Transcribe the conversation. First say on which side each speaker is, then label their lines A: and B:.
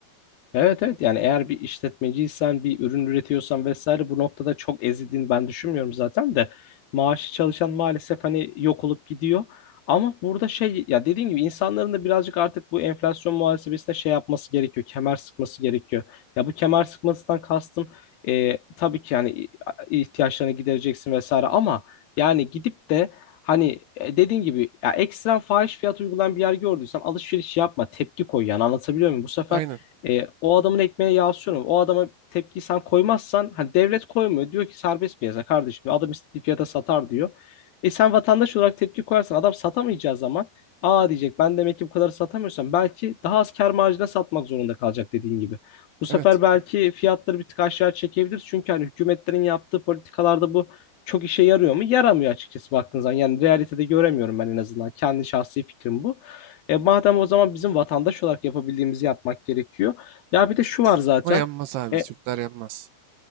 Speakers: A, on the left (about 60°); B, on the right (about 80°).
A: Evet evet yani eğer bir işletmeciysen bir ürün üretiyorsan vesaire bu noktada çok ezildiğini ben düşünmüyorum zaten de maaşı çalışan maalesef hani yok olup gidiyor. Ama burada şey ya dediğim gibi insanların da birazcık artık bu enflasyon muhasebesine şey yapması gerekiyor. Kemer sıkması gerekiyor. Ya bu kemer sıkmasından kastım e, tabii ki yani ihtiyaçlarını gidereceksin vesaire ama yani gidip de Hani e, dediğin gibi ya ekstrem fahiş fiyat uygulayan bir yer gördüysen alışveriş yapma, tepki koy yani anlatabiliyor muyum? Bu sefer
B: Aynen.
A: e, o adamın ekmeğine yağ sürme. O adama tepkiyi sen koymazsan hani devlet koymuyor. Diyor ki serbest piyasa kardeşim adam istediği fiyata satar diyor. E sen vatandaş olarak tepki koyarsan adam satamayacağı zaman aa diyecek ben demek ki bu kadar satamıyorsam belki daha az kâr marjına satmak zorunda kalacak dediğin gibi. Bu sefer
B: Evet.
A: belki fiyatları bir tık aşağı çekebilir Çünkü hani hükümetlerin yaptığı politikalarda bu çok işe yarıyor mu? Yaramıyor açıkçası baktığın zaman. Yani realitede göremiyorum ben en azından. Kendi şahsi fikrim bu. E madem o zaman bizim vatandaş olarak yapabildiğimizi yapmak gerekiyor. Ya bir de şu var zaten.
B: Ama yanmaz abi.
A: E,
B: Türkler yanmaz.